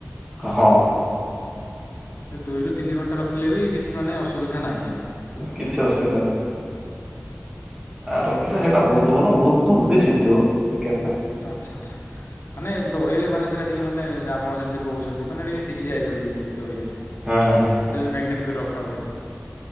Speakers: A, on the right; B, on the left.
A: ହଁ।
B: ସେ ଦୁଇରୁ ତିନି ଘଣ୍ଟା ରଖିଲେ ବି କିଛି ମାନ ଅସୁବିଧା ନାହିଁ। ହେଲେ।
A: କିଛି ଅସୁବିଧା ନାହିଁ। ଆଉ ରଖିଲେ ସେଇଟା ବହୁତ ଭଲ ବହୁତ ଜଲଦି ସିଝିବ ଚିକେନ ଟା
B: ଆଚ୍ଛା ଆଚ୍ଛା। ମାନେ ଦହିରେ ମାନେ ସେଇଟା ଟିକେ ମାନେ ଆପଣ ଯେମିତି କହୁଛନ୍ତି ମାନେିକେ ସିଝିଯାଏ ଜଲ୍ଦି ବୋଲି ଦହିରେ।
A: ହଁ ହଁ।
B: ମ୍ୟାଗ୍ନେଟ୍ କରି ରଖା ହୁଏ ତ।